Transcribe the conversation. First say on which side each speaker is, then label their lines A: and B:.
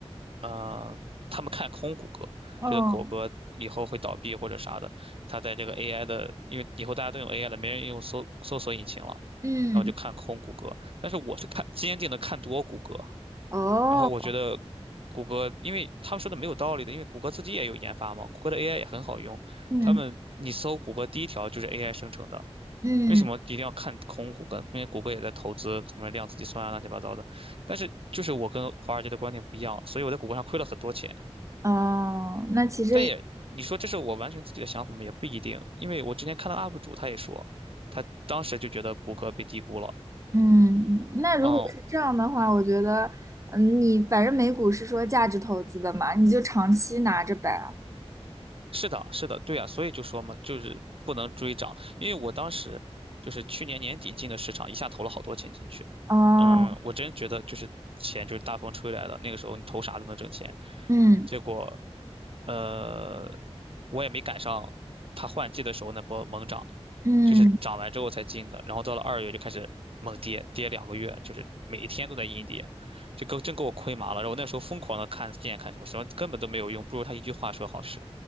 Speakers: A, on the right (about 60°); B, on the right (about 30°).
A: 呃，他们看空谷歌，
B: 哦，
A: 觉得谷歌以后会倒闭或者啥的。他在这个 AI 的，因为以后大家都用 AI 了，没人用搜搜索引擎了，
B: 嗯，
A: 然后就看空谷歌。但是我是看坚定的看多谷歌，
B: 哦，
A: 然后我觉得谷歌，因为他们说的没有道理的，因为谷歌自己也有研发嘛，谷歌的 AI 也很好用，
B: 嗯
A: 他们你搜谷歌第一条就是 AI 生成的。
B: 嗯，
A: 为什么一定要看空谷歌？因为谷歌也在投资他们量子计算啊，乱七八糟的。但是就是我跟华尔街的观点不一样，所以我在谷歌上亏了很多钱。
B: 哦，那其实
A: 但也你说这是我完全自己的想法吗？也不一定，因为我之前看到 UP 主他也说，他当时就觉得谷歌被低估了。
B: 嗯，那如果是这样的话，
A: 嗯，
B: 我觉得，嗯，你反正美股是说价值投资的嘛，你就长期拿着呗。
A: 是的，是的，对啊，所以就说嘛，就是不能追涨，因为我当时就是去年年底进的市场，一下投了好多钱进去，
B: 哦，
A: 嗯，我真觉得就是钱就是大风吹来的，那个时候你投啥都能挣钱，
B: 嗯
A: 结果，呃，我也没赶上它换季的时候那波猛涨，
B: 嗯，
A: 就是涨完之后才进的，然后到了二月就开始猛跌，跌两个月，就是每一天都在阴跌，就给真给我亏麻了，然后我那时候疯狂的看线看什么什么，根本都没有用，不如他一句话说好使。